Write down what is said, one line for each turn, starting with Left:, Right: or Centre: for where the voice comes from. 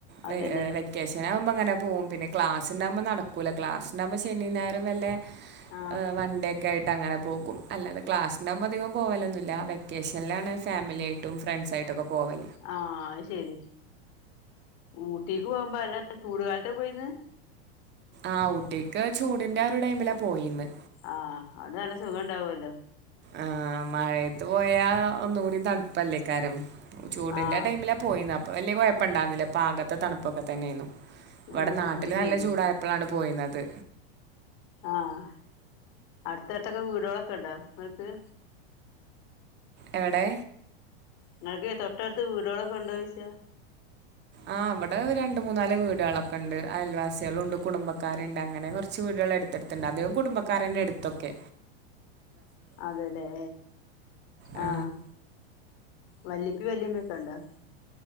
Left: അതെല്ലേ
Right: വെ ഹെ വെ വെക്കേഷനാകുമ്പോ അങ്ങനെ പോവും പിന്നെ ക്ലാസ്ണ്ടാവുബേ നടകൂല്ല ക്ലാസ് ഇണ്ടാവുബോൾ ശനിയോ ഞയറോ വല്ല
Left: ആഹ്
Right: ഹെ വണ്ടെ ഒക്കെ ആയിട്ട്ങ്ങനെ പോകും അല്ലാത ക്ലാസിന്നാവുബോ അധികം പോവലൊന്നുല്ല വെക്കേഷനിലാണ് ഫാമിലിയായിട്ട് ട്ടും ഫ്രാൻഷായിട്ടൊക്കെ പോവല്
Left: ആ അഹ് ശരി ഊട്ടിക്ക് പോകുമ്പോ അല്ല ചൂട് കാലത്ത പോയിന്ന്
Right: ആഹ ഊട്ടിക്ക് ചൂടിന്റെ ആരു ടൈമിലാ പോയിന്ന്
Left: ആഹ അതോണ്ട്‌ നല്ല സുഖം ഉണ്ടാവല്ലോ
Right: ആ മഴത്ത് പോയാ ഒന്നുകൂടി തണുപ്പല്ലേക്കാരം ചൂടിന്റെ
Left: ആഹ്
Right: ടൈമില പോയിന് അപ്പ വലിയ കുഴപ്പം ഇണ്ടാവുന്നില്ല പാകത്തെ തണുപ്പൊക്കെ തന്നെയായിരുന്നു ഇവിടെ
Left: ആഹ്
Right: നാട്ടില്
Left: അത്
Right: നല്ല
Left: ശരി
Right: ചൂടായ പ്പളാണ് പോയീന്നത്
Left: ആഹ അടുത്തടുത്തക്കെ വീടുകളൊക്കെ ഇണ്ടോ ഇങ്ങള്ക്ക്
Right: എവിടെ
Left: ഇങ്ങക്ക് തൊട്ടടുത്ത് വീടുകളൊക്കെ ഉണ്ടോ ചോയിച്ച
Right: ആ ഇവിടെ ഒരു രണ്ട് മൂന്നാല് വീടുകളൊക്കെ ഉണ്ട് അയൽവാസികളുണ്ട് കുടുംബക്കാരുണ്ട് അങ്ങനെ കുറച്ച് വീടുകൾ അടുത്തടുത്തു ണ്ട് അധികം കുടുബക്കാരന്നെ ഏടുത്തൊക്കെ
Left: അതലേ,
Right: ആ
Left: ആഹ് വല്ലിപ്പി വല്ലിമ്മിയൊക്കെ ഇണ്ടോ